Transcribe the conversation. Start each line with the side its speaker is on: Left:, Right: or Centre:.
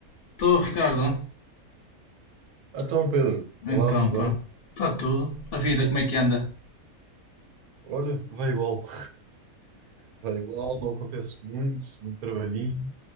Left: Estou, Ricardo.
Right: Então, Pedro,
Left: Então,
Right: olá, tudo
Left: pá,
Right: bem?
Left: está tudo. A vida, como é que anda?
Right: Olha, vai igual. <laughs> Vai igual, não acontece muito, muito trabalhinho.